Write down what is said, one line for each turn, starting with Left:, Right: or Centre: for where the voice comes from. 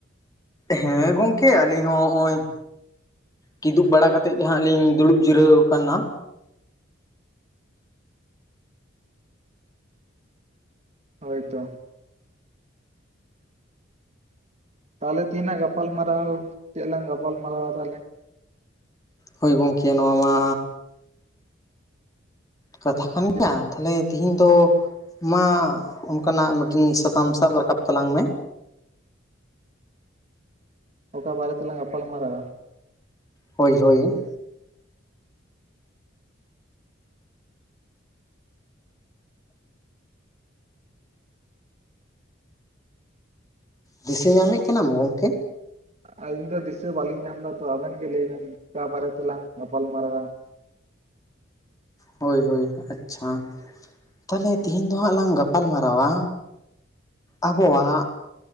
Left: ᱦᱮᱸ ᱜᱚᱝᱠᱮ ᱟᱹᱞᱤᱧ ᱦᱚᱸ ᱱᱚᱜᱼᱚᱭᱼᱼ ᱠᱤᱫᱩᱵ ᱵᱟᱲᱟ ᱠᱟᱛᱮᱫ ᱜᱮ ᱦᱟᱸᱜ ᱞᱤᱧ ᱫᱩᱲᱩᱵ ᱡᱤᱨᱟᱹᱣ ᱟᱠᱟᱱᱟ᱾
Right: ᱦᱳᱭ ᱛᱚ᱾ ᱛᱟᱦᱚᱞᱮ ᱛᱮᱦᱮᱱᱟᱜ ᱜᱟᱯᱟᱞᱢᱟᱨᱟᱣ ᱪᱮᱫ ᱞᱟᱝ ᱜᱟᱯᱟᱞ ᱢᱟᱨᱟᱨᱟᱣᱟ ᱛᱟᱦᱚᱞᱮ᱾
Left: ᱦᱳᱭ ᱜᱚᱢᱠᱮ ᱱᱚᱣᱟ ᱢᱟᱼᱼ ᱠᱟᱛᱷᱟ ᱠᱟᱱ
Right: ᱪᱮᱫ
Left: ᱜᱮᱭᱟ᱾ ᱛᱟᱦᱚᱞᱮ ᱛᱤᱦᱤᱧ ᱫᱚ ᱢᱟ ᱚᱱᱠᱟᱱᱟᱜ ᱢᱤᱫᱴᱤᱱ ᱥᱟᱛᱟᱢ ᱥᱟᱵ ᱨᱟᱠᱟᱵ ᱛᱟᱞᱟᱝ ᱢᱮ᱾
Right: ᱚᱠᱟ ᱵᱟᱨᱮ ᱛᱮᱞᱟᱝ ᱜᱟᱯᱟᱞᱢᱟᱨᱟᱣᱟ᱾
Left: ᱦᱳᱭ ᱦᱳᱭ᱾ ᱫᱤᱥᱟᱹ ᱧᱟᱢᱮᱫ ᱠᱟᱱᱟᱢ ᱜᱚᱢᱠᱮ᱾
Right: ᱟᱹᱞᱤᱧ ᱫᱚ ᱫᱤᱥᱟᱹ ᱵᱟᱹᱞᱤᱧ ᱧᱟᱢ ᱞᱮᱫᱟ ᱛᱚ ᱟᱵᱮᱱ ᱜᱮ ᱞᱟᱹᱭ ᱵᱮᱱ ᱚᱠᱟ ᱵᱟᱨᱮ ᱛᱮᱞᱟᱝ ᱜᱟᱯᱟᱞᱢᱟᱨᱟᱣᱟ᱾
Left: ᱦᱳᱭ ᱦᱳᱭ ᱟᱪᱪᱷᱟ ᱛᱟᱦᱚᱞᱮ ᱛᱮᱦᱮᱧ ᱫᱚ ᱦᱟᱸᱜ ᱞᱟᱝ ᱜᱟᱯᱟᱞ ᱢᱟᱨᱟᱣᱟᱼᱼ ᱟᱵᱚᱣᱟᱜ